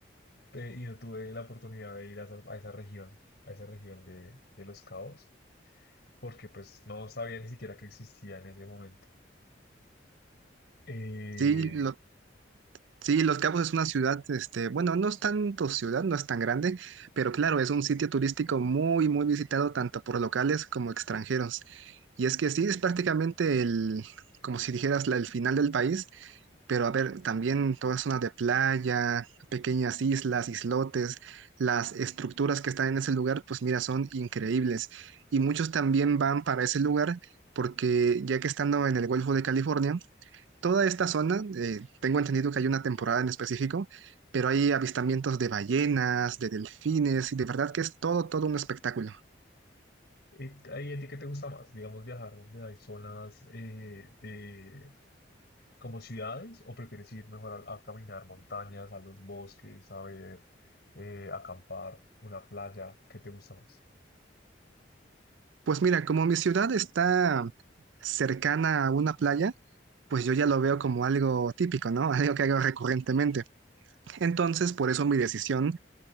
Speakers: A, on the left (about 55°); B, on the right (about 75°).
A: pe- y no tuve la oportunidad de ir a esa, a esa región, a esa región de, de Los Cabos, porque pues no sabía ni siquiera que existía en ese momento. Eh,
B: Sí, lo- Sí, Los Cabos es una ciudad, este, bueno, no es tanto ciudad, no es tan grande, pero claro, es un sitio turístico muy, muy visitado tanto por locales como extranjeros. Y es que sí, es prácticamente el, como si dijeras, la- el final del país, pero a ver, también toda zona de playa, pequeñas islas, islotes, las estructuras que están en ese lugar, pues mira, son increíbles. Y muchos también van para ese lugar porque ya que estando en el Golfo de California, toda esta zona, eh, tengo entendido que hay una temporada en específico, pero hay avistamientos de ballenas, de delfines, y de verdad que es todo, todo un espectáculo.
A: ¿Y t- ahí a ti qué te gusta más? Digamos, viajar donde hay zonas eh, de, como ciudades o prefieres ir mejor a, a caminar montañas, a los bosques, a ver, eh, acampar, una playa? ¿Qué te gusta más?
B: Pues mira, como mi ciudad está cercana a una playa, pues yo ya lo veo como algo típico, ¿no? <laughs> Algo que hago recurrentemente. Entonces, por eso mi decisión